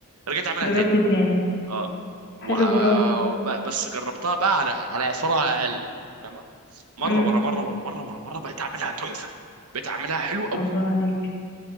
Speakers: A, on the right; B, on the left.
A: رجعت اعملها
B: جربت
A: تاني
B: تاني
A: اه وع...
B: حلو
A: آه،
B: برافو
A: ب- بس جربتها بقى على على سرعه اقل يعني فاهمه مره
B: امم
A: ورا مره ورا مره ورا مره بقيت اعملها تحفه بقيت اعملها حلو قوي
B: الله عليك